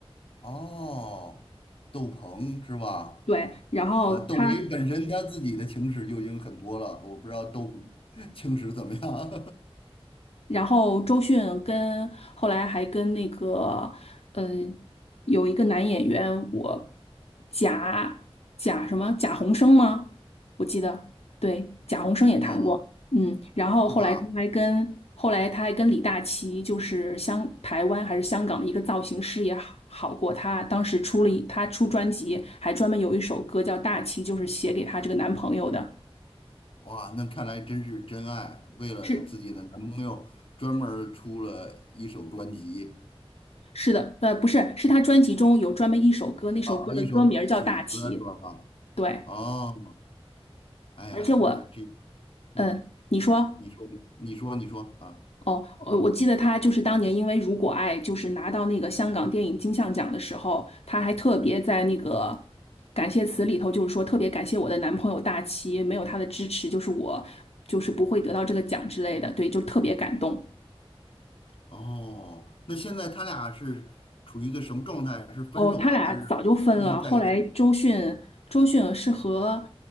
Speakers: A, on the left (about 60°); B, on the left (about 85°).
A: 哦，窦鹏是吧？
B: 对，然后他
A: 啊，窦唯本身他自己的情史就已经很多了，我不知道窦鹏 <laughs> 情史怎么样。
B: 然后周迅跟后来还跟那个，嗯、有一个男演员，我贾贾什么贾宏声吗？我记得，对，贾宏声也谈过，
A: <laughs> 哦，
B: 嗯，然后后来他还跟后来他还跟李大齐，
A: 是吧？
B: 就是香台湾还是香港的一个造型师也好好过，他当时出了一他出专辑，还专门有一首歌叫《大齐》，就是写给他这个男朋友的。
A: 哇，那看来真是真爱，为了自己的男朋友专门儿出了一首专辑。
B: 是是的，呃，不是，是他专辑中有专门一首歌，那首歌的歌名儿叫《大旗》。
A: 啊啊，一首曲子是吧？
B: 对，
A: 哦，哎呀，
B: 而且我，
A: 那这，嗯，
B: 嗯，你说，
A: 你说，你说，你说啊，
B: 哦，呃我记得他就是当年因为《如果爱》就是拿到那个香港电影金像奖的时候，他还特别在那个感谢词里头，就是说特别感谢我的男朋友大齐，没有他的支持，就是我就是不会得到这个奖之类的。对，就特别感动。
A: 哦，那现在他俩是处于一个什么状态？是分手了还是继续在一起？
B: 哦，他俩早就分了。后来周迅，周迅是和